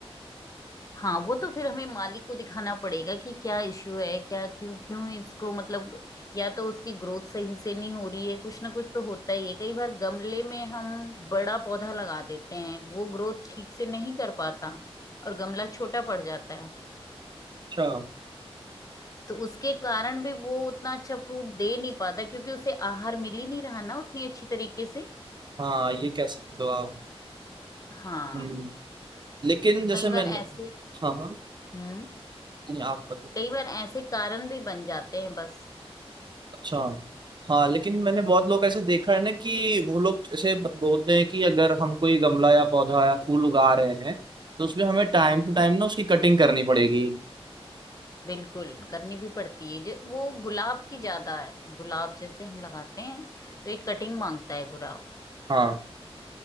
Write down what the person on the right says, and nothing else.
अच्छा
हाँ ये कह सकते हो आप
हम्म, लेकिन
जैसे
मैंने
हाँ हाँ
नहीं, आप बताओ
अच्छा हाँ लेकिन मैंने बहुत लोग ऐसे देखा है ना कि वो लोग ऐसे बोलते हैं कि अगर हम कोई गमला या पौधा या फूल उगा रहे हैं तो उसमें हमें टाइम
टू टाइम ना उसकी कटिंग करनी पड़ेगी
हाँ